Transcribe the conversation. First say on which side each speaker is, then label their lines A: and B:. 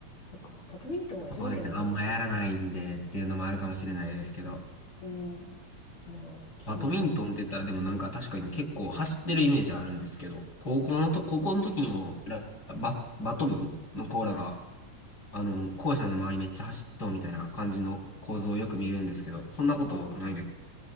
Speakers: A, on the left; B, on the left.
A: そっか、バドミントンは上下の動きなんですかね。
B: そうですね。あんまやらないんで、っていうのもあるかもしれないですけど。
A: うん、なるほど。筋肉が。
B: バドミントンって言ったらでもなんか確かに結構走ってるイメージあるんですけど、高校のと、高校の時にもラ、
A: うん
B: バ、バト部のコーラが、
A: はい。
B: あの、校舎の周りめっちゃ走っとうみたいな感じの構造をよく見るんですけど、そんなことないね。
A: ああ、